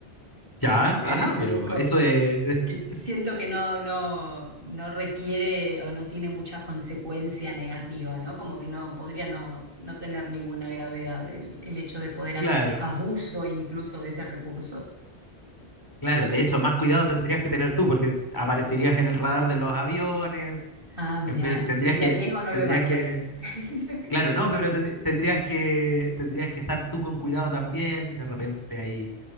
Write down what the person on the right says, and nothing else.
Eh,
que
co-
que siento que no, no, no requiere o no tiene mucha consecuencia negativa, ¿no? Como que no podría no, no tener ninguna gravedad el, el hecho de poder hacer
abuso incluso de ese recurso.
Ah, mira,
ese
riesgo no
lo evalué.
<laughs>